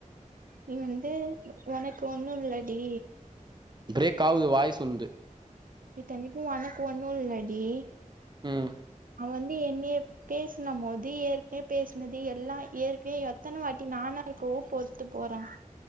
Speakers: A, on the right; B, on the right.
A: நீ வந்து ஒனக்கு ஒண்ணும் இல்லடி
B: பிரேக் ஆவுது வாய்ஸ் உன்து
A: இத்தனிக்கும் ஒனக்கு ஒண்ணும் இல்லடி
B: ம்
A: அவன் வந்து என்னைய பேசுன மோது ஏற்கனே பேசுனது எல்லாம் ஏற்க்னே எத்தன வாட்டி நானா இருக்கவும் பொறுத்து போறேன்